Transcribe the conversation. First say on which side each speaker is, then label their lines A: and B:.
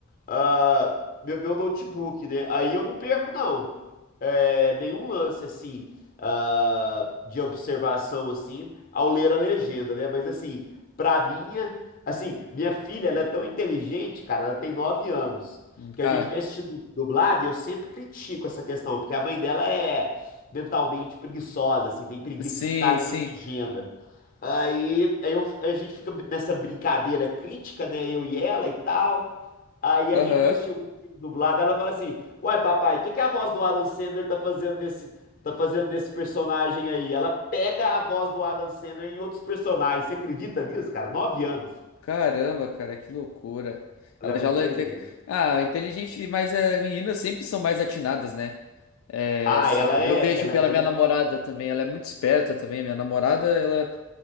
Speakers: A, on the left; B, on the left.
A: ah, meu, meu notebook, né? Aí eu não perco, não. É, nenhum lance, assim, ah, de observação, assim, ao ler a legenda, né? Mas, assim, pra minha... Assim, minha filha, ela é tão inteligente, cara, ela tem nove anos, que
B: Cara,
A: a gente vai assistir du- dublado e eu sempre critico essa questão, porque a mãe dela é mentalmente preguiçosa, assim, tem preguiça
B: sim,
A: de ficar lendo
B: sim.
A: legenda. Aí, aí eu- a gente fica nessa brincadeira crítica, né? Eu e ela e tal. Aí
B: Aham.
A: a gente vai assistir algum filme dublado, ela fala assim: Uai, papai, o que que a voz do Adam Sandler tá fazendo nesse, tá fazendo nesse personagem aí? Ela pega a voz do Adam Sandler em outros personagens. Você acredita nisso, cara? Nove anos.
B: Caramba, cara, que loucura.
A: Ela
B: Ela
A: é muito
B: já. le-
A: inteligente.
B: que- Ah, inteligente, mas é, meninas sempre são mais atinadas, né? É,
A: Ah,
B: assim,
A: ela é,
B: eu vejo
A: ela,
B: pela
A: ela
B: minha namorada também, ela é muito esperta também. Minha namorada, ela.